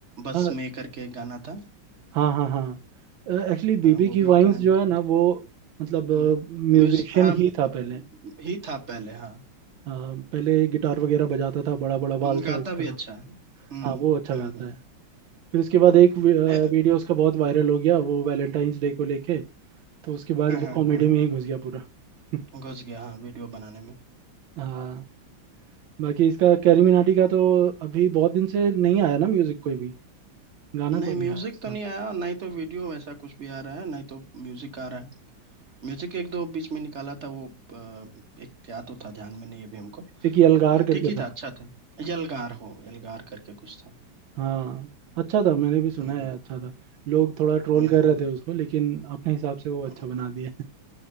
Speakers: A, on the right; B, on the right.
A: बस
B: हाँ
A: में करके एक गाना था
B: हाँ हाँ हाँ एक्चुअली बीबी
A: हाँ वो
B: की
A: भी
B: वाइंस
A: गाना
B: जो
A: निकाला
B: है ना
A: था
B: वो मतलब
A: हम्म,
B: म्यूजिशियन
A: म्यूज हाँ
B: ही
A: अ,
B: था पहले
A: ही था पहले हाँ
B: अ, पहले गिटार वगैरह बजाता था बड़ा बड़ा
A: हम्म,
B: बाल
A: गाता
B: था उसका
A: भी अच्छा है हम्म
B: हाँ वो अच्छा
A: हम्म
B: गाता
A: हम्म
B: है फिर उसके बाद
A: हम्म,
B: एक वी- अ,
A: ए-
B: वीडियो उसका बहुत वायरल हो गया वो वैलेंटाइंस डे को लेके तो उसके बाद
A: हाँ
B: वो
A: हाँ
B: कॉमेडी
A: हाँ।
B: में ही घुस गया पूरा <laughs>
A: घुस गया हाँ वीडियो बनाने में
B: हाँ बाकी इसका कैरी मिनाटी का तो अभी बहुत दिन से नहीं आया ना म्यूजिक कोई भी गाना कोई
A: नहीं म्यूजिक
B: नहीं आया उसका
A: तो नहीं आया और ना ही तो वीडियो वैसा कुछ भी आ रहा है ना ही तो म्यूजिक आ रहा है म्यूजिक एक दो बीच में निकाला था वो अ, एक क्या तो था ध्यान में नहीं है अभी हमको
B: एक ये अलगार
A: लेकिन
B: करके
A: ठीक ही
B: था
A: था अच्छा था यलगार हो यलगार करके कुछ था
B: हाँ अच्छा था मैंने भी सुना
A: हम्म
B: है
A: हम्म
B: अच्छा था लोग थोड़ा ट्रोल
A: हम्म
B: कर रहे थे उसको लेकिन अपने हिसाब से वो
A: हम्म
B: अच्छा
A: हम्म।
B: बना दिया